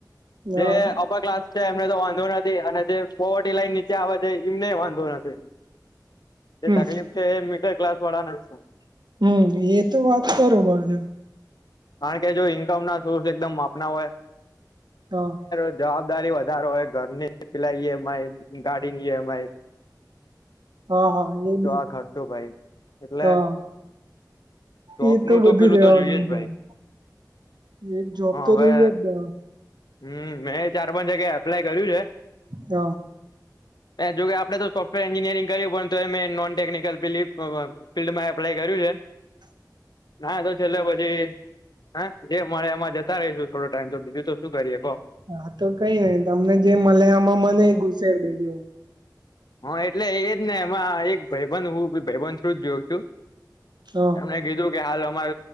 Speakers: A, on the right; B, on the left.
A: ગયા
B: જે અપર ક્લાસ છે એમને તો વાંધો નથી અને જે પોવરટી લાઈન નીચે આવે એમને વાંધો નથી જે
A: હમ
B: તકલીફ છે એ મિડલ ક્લાસ વાળાને જ છે
A: હમ એ તો વાત બરોબર છે
B: કારણ કે જો ઈન્કમ ના સોર્સ એકદમ માપના હોય
A: હા
B: <unintelligible> દારી વધારો હોય ઘરની પિલાની ઇ. એમ. આઈ ગાડીની ઈ. એમ. આઈ
A: હા હા એ બી
B: આ ખર્ચો ભાઈ એટલે
A: હા
B: જોબ
A: એ તો
B: નું
A: બધું
B: પેલું
A: રેવાનું
B: તો જોઈએ જ ભાઈ
A: એક જોબ
B: હ
A: તો
B: હવે
A: જોઈ આપ <unintelligible>
B: હમ મેં ચાર પાંચ જગ્યા એપ્લાય કર્યુ છે
A: હ
B: જોકે આપડણે તો સોફ્ટવેર એન્જિનિયરિંગ કર્યું પણ તો એમે નોન ટેકનિકલ ફિલ્ડમાં એપ્લાય. કર્યું છે.
A: <inaudible>
B: ના તો છેલ્લે પછી હા જે મળે એમાં જતા રહીશું થોડો ટાઈમ તો બીજું તો. શું કરીએ કહો
A: હા તો કઈ નઈ તમને જે મળે આમાં મને એ ઘુસેર દેજો.
B: હા એટલે એજ ને એમાં એક ભાઈબન હુંી ભાઈબંધ શું જ જોઉ છું.
A: હા
B: એમને કીધું કે હાલ અમાર